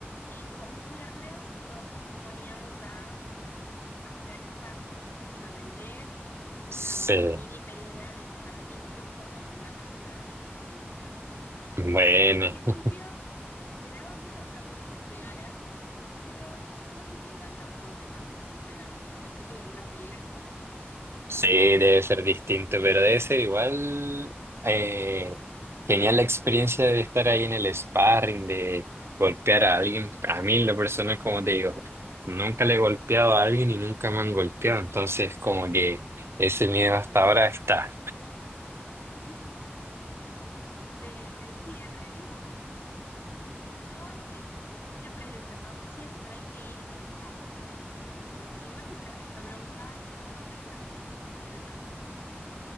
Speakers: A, on the left (about 60°); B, on the right (about 75°).
A: Y todos los viernes nos poníamos a hacer sparring, que es básicamente una
B: Sí,
A: mini pelea de un par de minutos con alguna persona de, del grupo.
B: bueno.
A: Y la verdad que al principio me, me daba miedo también que me pegaran, pero no te pegan tan fuerte cuando estás entrenando. Me imagino que en una pelea será peor.
B: Sí, debe ser distinto, pero debe ser igual eh, genial la experiencia de estar ahí en el sparring, de golpear a alguien. A mí, la persona, como te digo, nunca le he golpeado a alguien y nunca me han golpeado, entonces como que ese miedo hasta ahora está.
A: <laughs> Eh, sí, en realidad no es que siempre el entrenador decía que no hay que ir enojado a boxeo, porque si no te sacas la bronca con la gente que está entrenando con vos.